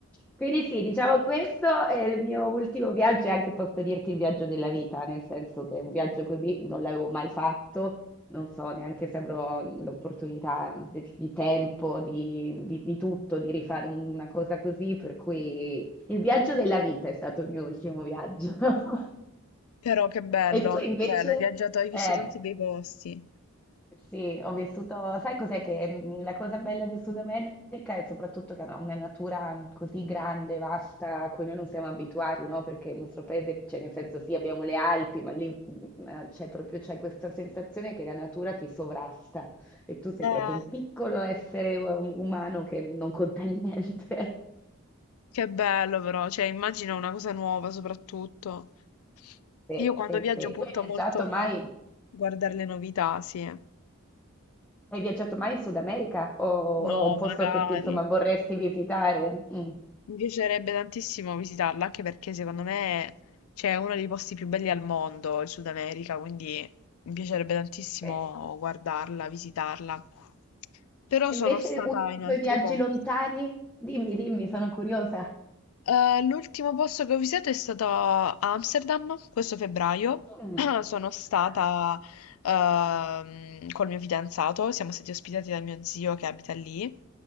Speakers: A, in the centre; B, on the left (about 75°).
A: Quindi sì, diciamo questo è il mio ultimo viaggio e anche posso dirti il viaggio della vita, nel senso che un viaggio così non l'avevo mai fatto, non so neanche se avrò l'opportunità di, di tempo, di, di- di tutto, di rifare una cosa così, per cui il viaggio della vita è stato il mio ultimo viaggio. <laughs>
B: Però che bello,
A: E tu
B: che
A: invece,
B: bello, hai viaggiato, hai visto
A: eh,
B: tanti bei posti.
A: sì, ho vissuto, sai cos'è che mm, la cosa bella del Sud America è soprattutto che ha una natura mhmm, così grande, vasta, a cui noi non siamo abituati, no? Perché il nostro paese, cioè nel senso sì, abbiamo le Alpi, ma lì mm, eh, c'è proprio c'è questa sensazione che la natura ti sovrasta e tu sei
B: Eh,
A: proprio un piccolo essere u- umano che non conta niente. <laughs>
B: Che bello però, cioè immagino una cosa nuova soprattutto.
A: Sì,
B: Io quando
A: sì,
B: viaggio
A: sì.
B: punto
A: Tu hai viaggiato
B: molto a
A: mai?
B: guardare le novità, sì.
A: Hai viaggiato mai in Sud America o,
B: no,
A: o un posto
B: magari.
A: che ti, insomma, vorresti visitare? Mm.
B: Mi piacerebbe tantissimo visitarla, anche perché secondo me c'è uno dei posti più belli al mondo, il Sud America, quindi mi piacerebbe tantissimo
A: Sì,
B: guardarla, visitarla. Però
A: E
B: sono
A: invece
B: stata
A: uno
B: in
A: dei tuoi
B: altri
A: viaggi
B: posti.
A: lontani? Dimmi, dimmi, sono curiosa.
B: Eh, l'ultimo posto che ho visitato è stato Amsterdam, questo febbraio.
A: Mm.
B: <clears throat> Sono stata
A: Ah,
B: ehm, col mio fidanzato, siamo stati ospitati da mio zio che abita lì.